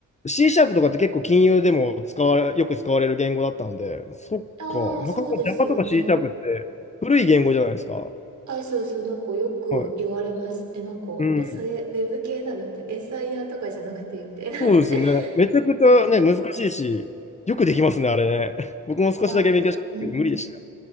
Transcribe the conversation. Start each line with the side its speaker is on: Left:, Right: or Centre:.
Left: C シャープとかって結構金融でも使われ、よく使われる言語だったんで、そっか、
Right: ああ、
Left: なかなか
Right: そうですよね。
Left: Java とか C シャープって古い言語じゃないですか。
Right: あ、そうそう、なんかよく言われます。
Left: はい。
Right: え、なんか、
Left: うん。
Right: え、それ、ウェブ系なのみたいな。SIR とかじゃなくて、みたいな。
Left: そうですね。めちゃくちゃね、
Right: はい。
Left: 難しいし、よくできますね、あれね。<laughs> 僕も少しだけ勉強したんですけど、
Right: いや、うん。
Left: 無理でしたよ。